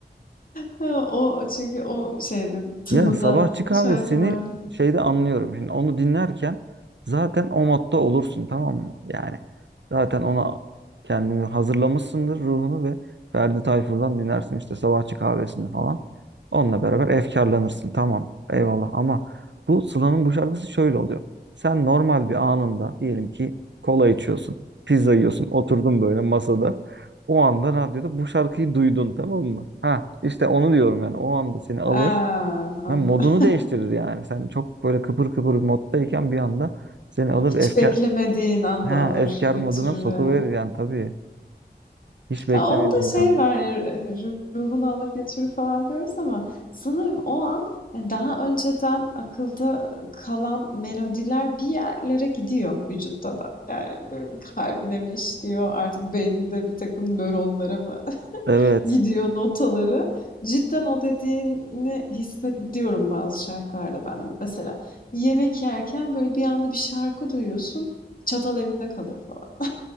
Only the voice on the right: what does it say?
Ya sabahçı kahvesini
şeyde anlıyorum. Şimdi onu dinlerken zaten o modda olursun tamam mı? Yani zaten ona kendini hazırlamışsındır ruhunu ve Ferdi Tayfur'dan dinlersin işte sabahçı kahvesini falan. Onunla beraber efkarlanırsın tamam eyvallah ama bu Sıla'nın bu şarkısı şöyle oluyor. Sen normal bir anında diyelim ki kola içiyorsun, pizza yiyorsun, oturdun böyle masada. O anda radyoda bu şarkıyı duydun tamam mı? Ha işte onu diyorum yani o anda seni alır.
Ben modunu değiştirir yani. Sen çok böyle kıpır kıpır bir moddayken bir anda seni alır
efkar
ha
efkar
moduna sokuverir
yani tabii. Hiç beklemedim
bir
anda.
Evet.